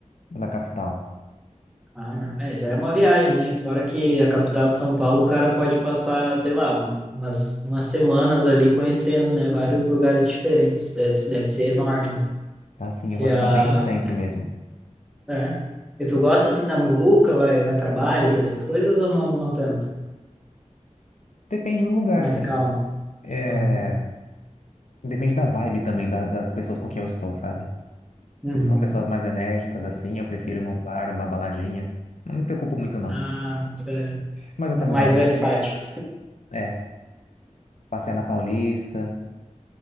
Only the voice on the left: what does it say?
da capital.
Assim, eu
vou
ficar bem no centro mesmo.
Depende do lugar,
sim.
É,
depende da vibe também da- das pessoas com quem eu estou, sabe?
Se são pessoas mais enérgicas assim, eu prefiro ir num bar, uma baladinha. Não me preocupo muito não.
Mas eu também
gosto
de um cinema. É, passear na Paulista.